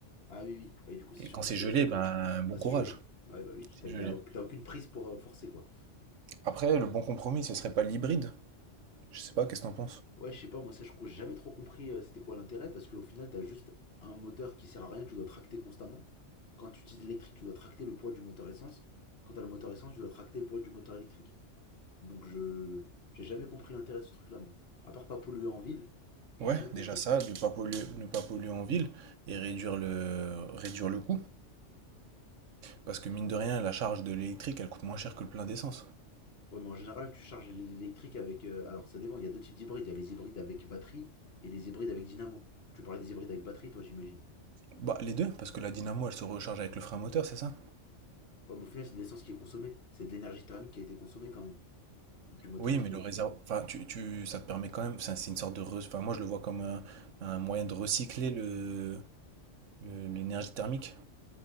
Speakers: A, on the left; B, on the right.
A: Ah oui, oui. Ouais, du coup, c'est
B: Et
A: sûr
B: quand
A: que
B: c'est
A: si
B: gelé,
A: elle s'ouvre,
B: ben, bon
A: bah c'est
B: courage.
A: gelé. Ouais, bah oui, tu t'as-
B: C'est
A: t'as
B: gelé.
A: t'as aucune prise pour euh, forcer quoi.
B: Après, le bon compromis, ce serait pas l'hybride. Je sais pas, qu'est-ce que t'en penses?
A: Ouais, je sais pas, moi ça, je crois que j'ai jamais trop compris euh, c'était quoi l'intérêt parce qu'au final, t'as juste un moteur qui sert à rien que tu dois tracter constamment. Quand tu utilises l'électrique, tu dois tracter le poids du moteur essence. Quand t'as le moteur essence, tu dois tracter le poids du moteur électrique. Donc je j'ai jamais compris l'intérêt de ce truc-là, moi. À part pas polluer en ville,
B: Ouais,
A: j'ai jamais compris
B: déjà ça,
A: le truc.
B: ne pas polluer, ne pas polluer en ville et réduire le, réduire le coût. Parce que mine de rien, la charge de l'électrique, elle coûte moins cher que le plein d'essence.
A: Ouais, mais en général, tu charges l'électrique avec. euh, alors ça dépend, il y a deux types d'hybrides. Il y a les hybrides avec batterie et les hybrides avec dynamo. Tu parlais des hybrides avec batterie, toi, j'imagine.
B: Bah, les deux, parce que la dynamo, elle se recharge avec le frein moteur, c'est ça?
A: Ouais, mais au final, c'est de l'essence qui est consommée. C'est de l'énergie thermique qui a été consommée quand même, du moteur
B: Oui,
A: à explosion.
B: mais le réservoir, enfin, tu, tu, ça te permet quand même, enfin, c'est une sorte de, re- enfin, moi je le vois comme un, un moyen de recycler le, le- l'énergie thermique.